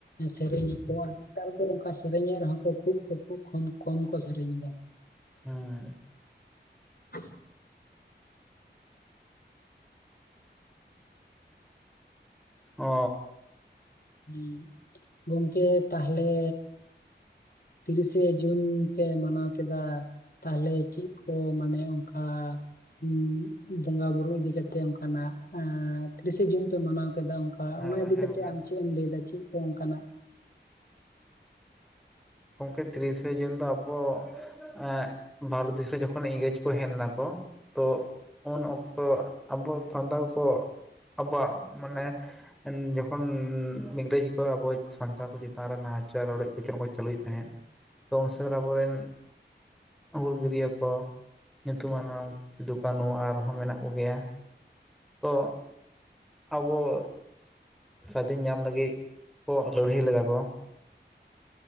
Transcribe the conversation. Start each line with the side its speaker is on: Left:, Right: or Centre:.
Left: ᱥᱮᱨᱮᱧ ᱟᱠᱚ, ᱟᱨ ᱱᱮᱛᱟᱨ ᱫᱚ ᱚᱱᱠᱟ ᱥᱮᱨᱮᱧᱮᱫ ᱨᱮᱦᱚᱸ ᱠᱚ᱾ ᱠᱷᱩᱵ ᱠᱚ ᱠᱷᱩᱵ ᱠᱚᱢ ᱠᱚ ᱥᱮᱨᱮᱧ ᱮᱫᱟ᱾
Centre: ᱦᱩᱸ
Left: <inaudible>
Centre: ᱚ
Left: ᱦᱮᱸ ᱜᱚᱝᱠᱮ ᱛᱟᱦᱚᱞᱮ, ᱛᱤᱨᱤᱥᱮ ᱡᱩᱱ ᱯᱮ ᱢᱟᱱᱟᱣ ᱠᱮᱫᱟ᱾ ᱛᱟᱦᱚᱞᱮ ᱪᱮᱫ ᱠᱚ ᱢᱟᱱᱮ ᱚᱱᱠᱟ᱾ ᱮᱢ ᱵᱚᱸᱜᱟ ᱵᱩᱨᱩ ᱤᱫᱤ ᱠᱟᱛᱮᱜ, ᱚᱱᱠᱟᱱᱟᱜ ᱛᱤᱨᱤᱥᱮ ᱡᱩᱱ ᱯᱮ ᱢᱟᱱᱟᱣ ᱠᱮᱫᱟ ᱚᱱᱠᱟ,
Centre: ᱦᱮᱸ
Left: ᱚᱱᱟ ᱤᱫᱤ ᱤᱫᱤ
Centre: ᱦᱮᱸ
Left: ᱠᱟᱛᱮᱫ
Centre: ᱜᱚᱝᱠᱮ
Left: ᱟᱢ ᱪᱮᱫ ᱮᱢ ᱞᱟᱹᱭᱮᱫᱟ, ᱪᱮᱫ ᱠᱚ ᱚᱱᱠᱟᱱᱟᱜ
Centre: ᱜᱚᱢᱠᱮ ᱛᱤᱨᱤᱥᱮ ᱡᱩᱱ ᱫᱚ ᱟᱵᱚ ᱮᱜ ᱵᱷᱟᱨᱚᱛ ᱫᱤᱥᱚᱢ ᱡᱚᱠᱷᱚᱱ ᱤᱝᱨᱮᱡᱽ ᱠᱚ ᱦᱮᱡ ᱞᱮᱱᱟ ᱠᱚ ᱛᱚ ᱩᱱ ᱚᱠᱛᱚ ᱟᱵᱚ, ᱥᱟᱱᱛᱟᱲ ᱠᱚ ᱟᱵᱚᱣᱟᱜ ᱢᱟᱱᱮ ᱡᱚᱠᱷᱚᱱ ᱤᱝᱨᱮᱡ ᱠᱚ ᱟᱵᱚ, ᱥᱟᱱᱛᱟᱲ ᱠᱚ ᱪᱮᱛᱟᱱ ᱨᱮ ᱱᱟᱦᱟᱪᱟᱨ, ᱨᱚᱰᱚᱡ ᱠᱚᱪᱞᱚᱱ ᱠᱚ ᱪᱟᱹᱞᱩᱭᱮᱫ ᱛᱟᱦᱮᱸᱫ ᱛᱚ ᱩᱱᱥᱚᱢᱚᱭ ᱟᱵᱚᱨᱮᱱ ᱦᱩᱞᱜᱟᱹᱨᱭᱟᱹ ᱠᱚ ᱧᱩᱛᱩᱢᱟᱱ ᱥᱤᱫᱩ ᱠᱟᱹᱱᱩ, ᱟᱨᱦᱚᱸ ᱢᱮᱱᱟᱜ ᱠᱚᱜᱮᱭᱟ᱾ ᱛᱚ ᱟᱵᱚ ᱥᱟᱫᱷᱤᱱ ᱧᱟᱢ ᱞᱟᱹᱜᱤᱫ ᱠᱚ, ᱞᱟᱹᱲᱦᱟᱹᱭ ᱞᱮᱫᱟ ᱠᱚ᱾